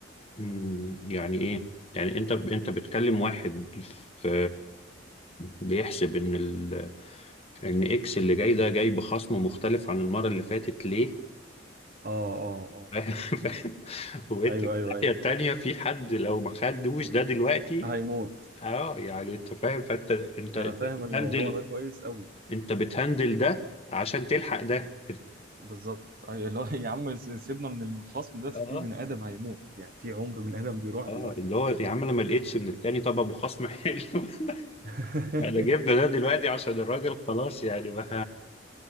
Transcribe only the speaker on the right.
اه اه
اه
ايوه
ايوه ايوه
هيموت
انا
فاهم
الموضوع ده كويس قوي
بالظبط ايوه اللي هو <laughs> يا عم س- سيبنا من الخصم ده
في
بني ادم هيموت يعني في عمر بني ادم بيروح دلوقتي
<laughs>